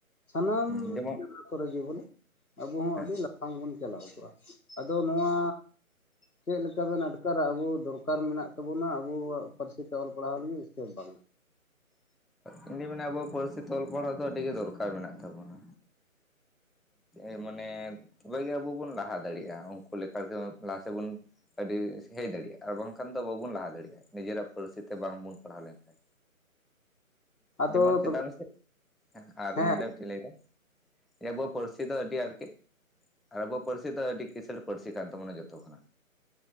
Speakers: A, on the left; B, in the centre.
A: ᱥᱟᱱᱟᱢ
B: ᱦᱮᱸ ᱡᱮᱢᱚᱱ
A: ᱠᱚᱨᱮ ᱜᱮ ᱵᱚᱞᱮ ᱟᱵᱚ ᱦᱚᱸ
B: ᱦᱮᱸ
A: ᱟᱹᱰᱤ ᱞᱟᱯᱷᱟᱝ ᱵᱚᱱ ᱪᱟᱞᱟᱣ ᱠᱚᱜᱼᱟ ᱟᱫᱚ ᱱᱚᱣᱟ ᱪᱮᱫ ᱞᱮᱠᱟ ᱵᱮᱱ ᱟᱴᱠᱟᱨᱟ ᱟᱵᱚ ᱫᱚᱨᱠᱟᱨ ᱢᱮᱱᱟᱜ ᱛᱟᱵᱚᱱᱟ ᱟᱵᱩᱣᱟᱜ ᱯᱟᱹᱨᱥᱤ ᱛᱮ ᱚᱞ ᱯᱟᱲᱦᱟᱣ ᱞᱟᱹᱜᱤᱫ ᱥᱮ ᱵᱟᱝ
B: ᱤᱧ ᱫᱩᱧ ᱢᱮᱱᱟ ᱟᱵᱚᱣᱟᱜ ᱯᱟᱹᱨᱥᱤ ᱚᱞ ᱯᱟᱲᱟᱜᱟᱣ ᱫᱚ ᱟᱹᱰᱤ ᱜᱮ ᱫᱚᱨᱠᱟᱨ ᱢᱮᱱᱟᱜ ᱛᱟᱵᱚᱱᱟ ᱮᱸ ᱢᱟᱱᱮ ᱛᱚᱵᱮ ᱜᱮ ᱟᱵᱚ ᱵᱚᱱ ᱞᱟᱦᱟ ᱫᱟᱲᱮᱜᱼᱟ ᱩᱱᱠᱩ ᱞᱟᱦᱟ ᱥᱮᱫ ᱵᱚᱱ ᱟᱹᱰᱤ ᱥᱟᱹᱜᱤᱧ ᱦᱮᱡ ᱫᱟᱲᱮᱭᱟᱜᱼᱟ ᱟᱨ ᱵᱟᱝ ᱠᱷᱟᱱ ᱫᱚ ᱵᱟᱵᱚᱱ ᱞᱟᱦᱟ ᱫᱟᱲᱮᱭᱟᱜᱼᱟ ᱱᱤᱡᱮᱨᱟᱜ ᱯᱚᱨᱤᱥᱛᱷᱤᱛᱤ ᱨᱮ ᱵᱟᱝ ᱵᱚᱱ ᱯᱟᱲᱦᱟᱣ ᱞᱮᱱᱠᱷᱟᱱ
A: ᱟᱫᱚ
B: ᱡᱮᱢᱚᱱ ᱪᱮᱛᱟᱱ
A: ᱛᱚᱵᱮ
B: ᱥᱮᱫ ᱟᱨ
A: ᱦᱮᱸ
B: ᱱᱚᱰᱮ ᱢᱤᱫᱴᱮᱱ ᱞᱟᱹᱭᱫᱟ ᱟᱵᱚᱣᱟᱜ ᱯᱟᱹᱨᱥᱤ ᱫᱚ ᱟᱹᱰᱤ ᱟᱨᱠᱤ ᱟᱵᱚ ᱯᱟᱹᱨᱥᱤ ᱫᱚ ᱟᱹᱰᱤ ᱠᱤᱥᱟᱹᱬ ᱯᱟᱹᱨᱥᱤ ᱠᱟᱱ ᱛᱟᱵᱚᱱᱟ ᱡᱚᱛᱚ ᱠᱷᱚᱱᱟᱜ